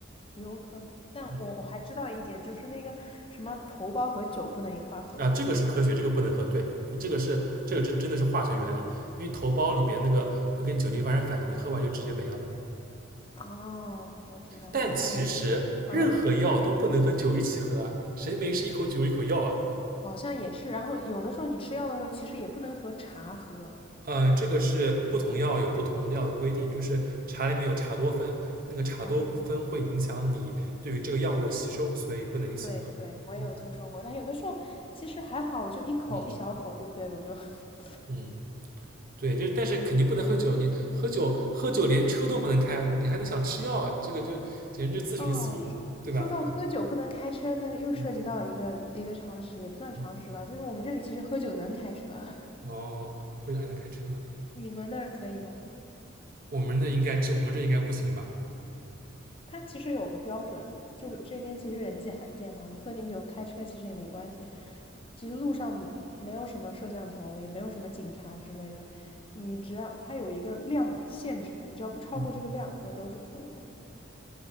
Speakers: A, on the left; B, on the right.
A: 有可能，但我我还知道一点，
B: 嗯
A: 就是那个什么头孢和酒不能一块儿喝。
B: 啊，这个是科学，这个不能喝。对，这个是这个真真的是化学原理，因为头孢里面那个会跟酒精发生反应，你喝完就直接没了。
A: <laughs> 哦，我知道，
B: 但其实任何药都不能和酒一起喝啊，
A: 这对这个嗯，
B: 谁没事一口酒一口药啊？
A: 好像也是。然后有的时候你吃药的时候，其实也不能和茶喝，
B: 嗯，这个是不同药有不同的药的规定，就是茶里面有茶多酚，那个茶多酚会影响你对于这个药物的吸收，
A: 茶多喝。
B: 所以不能一起喝。
A: 对对，我也有听说过，
B: 嗯
A: 但有的时候其实还好，我就一口一小口，
B: 嗯
A: 对不对？我就 <laughs>
B: 嗯，对，就是但是肯定不能喝酒，你喝酒喝酒连车都不能开，你还能想吃药啊？你这个就简直就自寻死路，
A: 哦，
B: 对吧？
A: 说到喝酒不能开车，那又涉及到一个一个常识，
B: 嗯
A: 也不算常识吧，
B: 嗯，
A: 就是我们这里其实喝酒能开车，
B: 哦，喝酒还能开车呢，
A: <laughs> 你们那儿可以吗？
B: 我们那应该这我们这应该不行吧？
A: 它其实有个标准，就这边其实人迹罕见嘛，你喝点酒开车其实也没关系。其实路上没有什么摄像头，也没有什么警察之类的，你只要它有一个量限制的，你只要不超过这个量，
B: 嗯。
A: 那都是可以的。